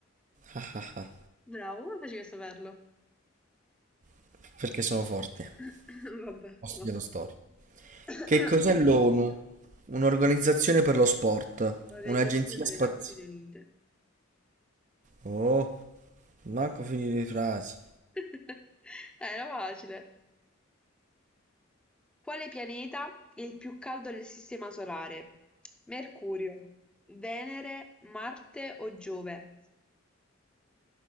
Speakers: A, on the right; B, in the centre.
A: Ah, ah, ah,
B: Bravo, come facevi a saperlo?
A: <laughs> Perché sono forte.
B: <coughs> Vabbè.
A: Ho studiato
B: va.
A: storia.
B: <coughs>
A: Che cos'è l'ONU? Un'organizzazione per lo sport,
B: Organizzazione
A: un'agenzia
B: delle
A: spaziale.
B: Nazioni Unite.
A: Oh, manco finire le frasi.
B: <laughs> Eh, Era facile. Quale pianeta è il più caldo del sistema solare? Mercurio, Venere, Marte o Giove?